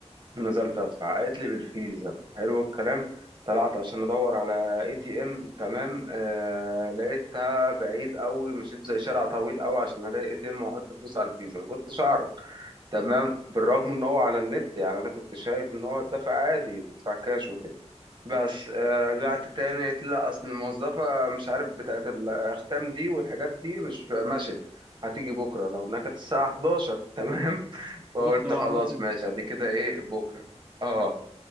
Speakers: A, on the right (about 45°); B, on the right (about 15°).
A: ونزلت ادفع قالت لي بالفيزا حلو الكلام طلعت عشان ادور على اي تي ام تمام آه لقيتها بعيد قوي مشيت زي شارع طويل قوي عشان الاقي اي تي ام واحط فلوس على الفيزا ما كنتش اعرف تمام بالرغم ان هو على النت يعني انا كنت شايف ان هو الدفع عادي تدفع كاش وكده بس آه، رجعت تاني قلت لا اصل الموظفة مش عارف بتاعت الاختام دي والحاجات دي مش مشت هتيجي بكرة لو انها كانت الساعة 11 تمام <laughs> فقلت
B: بص هو
A: خلاص
B: عامة
A: ماشي ادي كده ايه بكرة اه